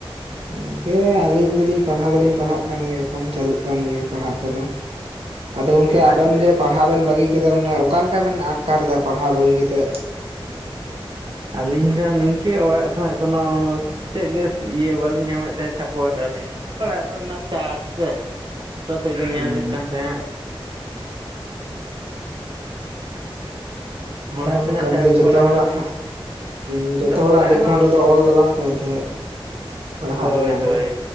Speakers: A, on the right; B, on the right.
A: ᱜᱚᱝᱠᱮ ᱟᱞᱤᱧ ᱫᱚᱞᱤᱧ ᱯᱟᱲᱦᱟᱣ ᱫᱚᱞᱤᱧ ᱯᱟᱲᱦᱟᱜ ᱜᱮᱭᱟ ᱮᱠᱷᱚᱱ ᱪᱟᱹᱟᱞᱩᱜ ᱠᱟᱱ ᱜᱮᱭᱟ ᱯᱟᱲᱦᱟᱣ ᱠᱚᱫᱚ᱾ ᱟᱫᱚ ᱜᱚᱝᱠᱮ
B: ᱟᱪᱪᱷᱟ,
A: ᱟᱵᱮᱱ ᱡᱮ ᱯᱟᱲᱦᱟᱜ ᱵᱮᱱ ᱵᱟᱹᱜᱤ ᱠᱟᱫᱟ ᱢᱟᱱᱮ ᱚᱠᱟ ᱞᱮᱠᱟ ᱵᱮᱱ ᱟᱴᱠᱟᱨ ᱫᱟ ᱯᱟᱲᱦᱟᱣ ᱵᱟᱹᱜᱤ ᱠᱟᱛᱮᱫ?
B: ᱟᱹᱞᱤᱧ ᱫᱚ ᱱᱤᱝᱠᱟᱹ ᱚᱲᱟᱜ ᱠᱷᱚᱱᱟᱜ ᱠᱳᱱᱚ ᱪᱮᱫ ᱜᱮ ᱤᱭᱟᱹ ᱵᱟᱹᱞᱤᱧ ᱧᱟᱢᱮᱫ ᱛᱟᱦᱮᱸᱫ ᱥᱟᱯᱳᱴ ᱟᱞᱤᱧ, ᱚᱲᱟᱜ ᱨᱮᱱᱟᱜ ᱪᱟᱯ ᱥᱮ ᱡᱚᱛᱚ ᱥᱮᱫ ᱜᱮ
A: ᱦᱩᱸ
B: ᱧᱮᱞ ᱦᱩᱭᱩᱜ ᱠᱟᱱ ᱛᱟᱦᱮᱸᱱ, ᱚᱲᱟᱜ
A: ᱚᱱᱟᱢᱟ
B: ᱥᱮᱱᱟᱜ
A: ᱠᱟᱱ
B: ᱪᱟᱯ
A: ᱜᱮ ᱡᱚᱛᱚ
B: ᱯᱟᱲᱟᱣᱟᱜ
A: ᱦᱚᱲᱟᱜᱼᱼ
B: ᱞᱤᱧ
A: ᱦᱮᱸ ᱡᱚᱛᱚ
B: ᱟᱫᱚ ᱚᱲᱟᱜ
A: ᱦᱚᱲᱟᱜ ᱞᱤᱠᱷᱚᱱ
B: ᱦᱚᱲ
A: ᱨᱮᱫᱚ ᱚᱞ ᱫᱚ ᱵᱟᱝ ᱛᱟᱦᱮᱱ ᱛᱟᱦᱮᱸᱫ ᱯᱟᱲᱦᱟᱜ
B: ᱦᱳᱭ
A: ᱨᱮᱱᱟᱜ
B: ᱦᱳᱭ
A: ᱫᱚ᱾